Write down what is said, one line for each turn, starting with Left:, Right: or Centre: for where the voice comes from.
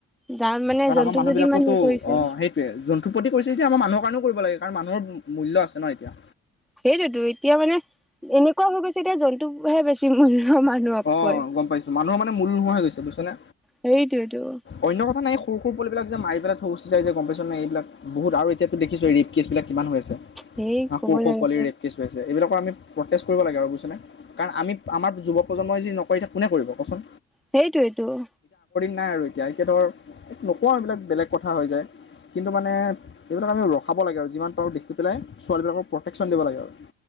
Centre: যাৰ মানে
Left: কাৰণ
Centre: জন্তুক
Left: আমাৰ মানুহবিলাকোতো‌,
Centre: যদি ইমান হেৰি কৰিছে
Left: অঁ সেইটোৱে, জন্তুৰ প্ৰতি কৰিছে যদি আমাৰ মানুহৰ কাৰণেও কৰিব লাগে। কাৰণ মানুহৰ মূল্য আছে ন এতিয়া।
Centre: সেইটোতো এতিয়া মানে এনেকুৱা হৈ গৈছে এতিয়া মানে জন্তুবোৰ হে বেছি মূল্য। মানুহতকৈ।
Left: অ'‌ গম পাইছো। মানুহৰ মানে মূল্য নোহোৱা হৈ গৈছে। বুজিছানে।
Centre: সেইটোৱেই তো‌।
Left: অন্য কথা নাই সৰু সৰু পোৱালিবিলাক যে মাৰি পেলায় থৈ গুচি যায় যে গম পাইছ এইবীলাক আৰু এতিয়াতো দেখছোঁয়ে ৰে'প কেছ‌ বিলাক।‌ কিমান হৈ আছে,
Centre: সেই
Left: ‌সৰু
Centre: ক'ব নালাগে
Left: সৰু পোৱালি ৰে'প কেছ হৈ আছে এইবিলাক প্ৰ'টেষ্ট কৰিব লাগে আৰু বুজিছনে, কাৰণ আমি আমাৰ যুৱ প্ৰজন্মই যদি নকৰে, ‌ এতিয়া কোনে কৰিব কওঁকচোন?
Centre: সেইটোৱেই তো‌।
Left: নাই আৰু এতিয়া এতিয়া ধৰ নকওঁ আৰু এইবিলাক বেলেগ কথা হৈ যায় এইবিলাক বেলেগ কথা হৈ যায় কিন্তু মানে, এইবিলাক‌ আমি ৰখাব লাগে আৰু যিমান পাৰোঁ‌ ছোৱালী বিলাকক প্ৰটেকছন দিব লাগে আৰু